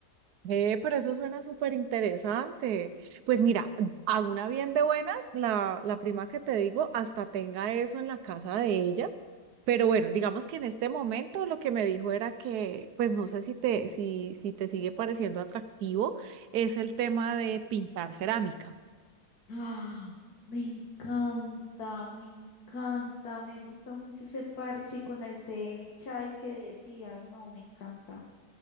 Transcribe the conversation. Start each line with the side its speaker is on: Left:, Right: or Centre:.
Right: Eh, pero eso suena súper interesante. Pues mira, a una bien de buenas, la, la prima que te digo hasta tenga eso en la casa de ella. Pero bueno, digamos que en este momento lo que me dijo era que, pues no sé si te, si, si te sigue pareciendo atractivo, es el tema de pintar cerámica.
Left: Ah, me encanta, me encanta, me gusta mucho ese parche con el té de chai que decías. No, me encanta,